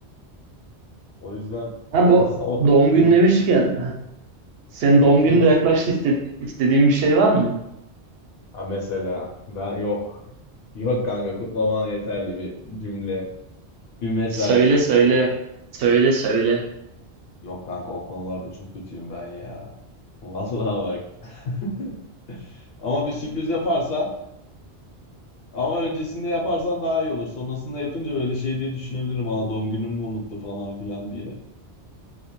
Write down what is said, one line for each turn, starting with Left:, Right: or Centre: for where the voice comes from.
Left: O yüzden
Right: Ha bu
Left: <laughs> o...
Right: doğum günü
Left: Hı.
Right: demişken heh, senin doğum
Left: Söyle.
Right: günü de yaklaştı İste- istediğin bir şey var mı?
Left: Ha mesela ben yok. Yok kanka kutlaman yeterli bir cümle. Bir mesaj.
Right: Söyle söyle. Söyle söyle.
Left: Yok kanka o konularda çok kötüyüm ben ya. Vallahi bak. <laughs> Ama bir sürpriz yaparsan ama öncesinde yaparsan daha iyi olur. Sonrasında yapınca böyle şey diye düşünebilirim. Aa doğum günümü mü unuttu falan filan diye.